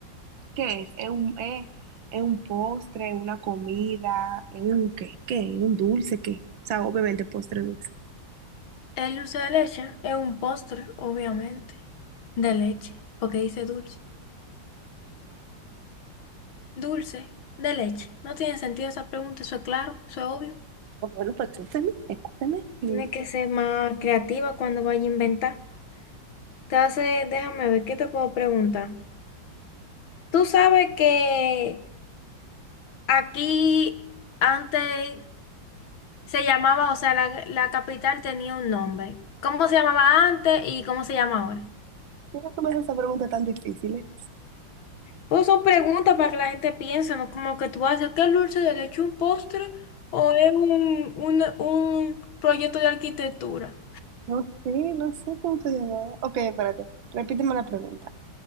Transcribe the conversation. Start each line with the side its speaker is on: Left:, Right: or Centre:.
Right: ¿Qué es? ¿Es un, es, es un postre, una comida? ¿Es un qué? ¿Qué? ¿Un dulce? ¿Qué? O sea, obviamente postre dulce.
Left: El dulce de leche es un postre, obviamente. De leche, porque dice dulce. Dulce de leche. No tiene sentido esa pregunta, eso es claro, eso es obvio.
Right: Oh, Bueno, pues escúchame, escúchame. ¿Por
Left: Tienes que ser más creativa cuando vaya a inventar. Entonces, déjame ver, ¿qué te puedo preguntar? Tú sabes que Aquí antes se llamaba, o sea, la, la capital tenía un nombre. ¿Cómo se llamaba antes y cómo se llama ahora?
Right: qué no me haces esa pregunta tan difícil? eh?
Left: Pues son preguntas para que la gente piense, ¿no? Como que tú haces, ¿qué es dulce de leche, un postre o es un, un, un proyecto de arquitectura?
Right: No sé, no sé cómo se llamaba. Ok, espérate, repíteme la pregunta.